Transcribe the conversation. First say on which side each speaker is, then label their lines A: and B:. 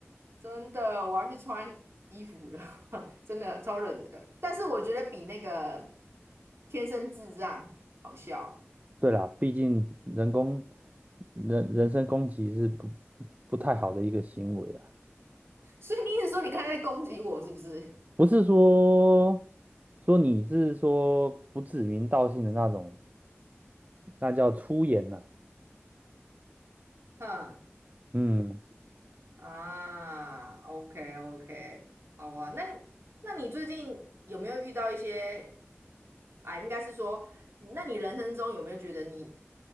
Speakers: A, on the right; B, on the right.
A: 真的，我要去穿衣服了，<laughs> 真的超冷的。但是我觉得比那个天生智障好笑。
B: 对啦，毕竟人工人人身攻击是不不太好的一个行为啊。
A: 所以你一直说你刚才在攻击我是不是？
B: 不是说说你是说不指名道姓的那种，那叫粗言呐、
A: 哼
B: 嗯，
A: 啊，OK OK，好啊。那那你最近有没有遇到一些啊？应该是说，那你人生中有没有觉得你